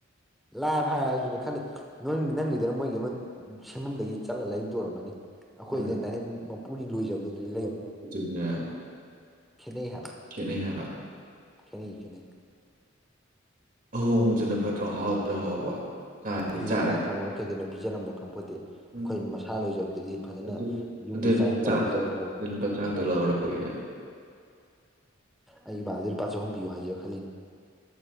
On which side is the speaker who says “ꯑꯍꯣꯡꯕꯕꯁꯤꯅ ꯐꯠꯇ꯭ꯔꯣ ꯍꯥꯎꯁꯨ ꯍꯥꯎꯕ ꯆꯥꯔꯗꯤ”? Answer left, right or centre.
Right